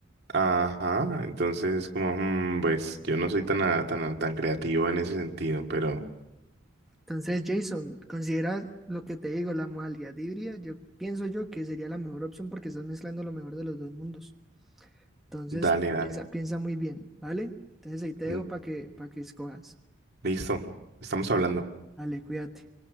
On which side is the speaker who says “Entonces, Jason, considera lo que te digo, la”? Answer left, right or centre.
Centre